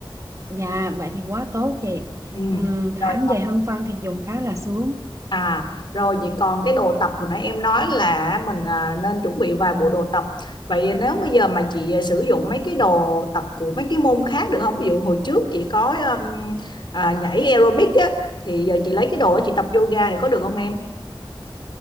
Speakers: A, on the right; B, on the left.
A: dạ vậy thì quá tốt chị
B: ừ.
A: Ừm, thảm
B: rồi
A: dày hơn phân thì dùng khá là sướng
B: À, rồi vậy còn cái đồ tập hồi nãy em nói là mình à, nên chuẩn bị vài bộ đồ tập. Vậy nếu bây giờ mà chị à, sử dụng mấy cái đồ tập của mấy cái môn khác được không? Ví dụ hồi trước chị có um, à, nhảy aerobic á, thì giờ chị lấy cái đồ đó chị tập yoga thì có được không em?